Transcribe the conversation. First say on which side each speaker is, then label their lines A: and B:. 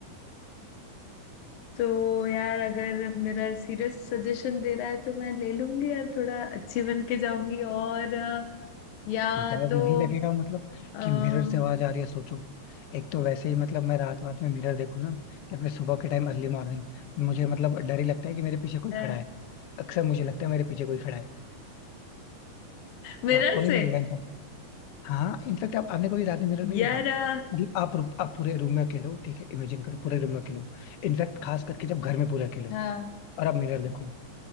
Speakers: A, on the left (about 85°); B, on the left (about 65°).
A: तो यार अगर मिरर सीरियस सजेशन दे रहा है तो मैं ले लूंगी यार थोड़ा अच्छी बन के जाऊंगी और अ, या
B: डर
A: तो
B: नहीं लगेगा मतलब
A: आ,
B: कि मिरर से आवाज आ रही है सोचो एक तो वैसे ही मतलब मैं रात रात में मिरर देखूं ना या फिर सुबह के टाइम अर्ली मॉर्निंग मुझे मतलब डर ही लगता है कि मेरे पीछे कोई
A: <laughs>
B: खड़ा है अक्सर मुझे लगता है मेरे पीछे कोई खड़ा है
A: मिरर
B: तो आपको नहीं
A: से
B: लगेगा इनफैक्ट हाँ इनफैक्ट आप आपने कभी रात में मिरर नहीं
A: यार
B: देखा
A: अ,
B: मतलब आप रू- आप पूरे रूम में अकेले हो ठीक है इमेजिन करो पूरे रूम में अकेले हो इनफैक्ट खास करके जब घर में पूरे अकेले हो
A: हाँ
B: और आप मिरर देखो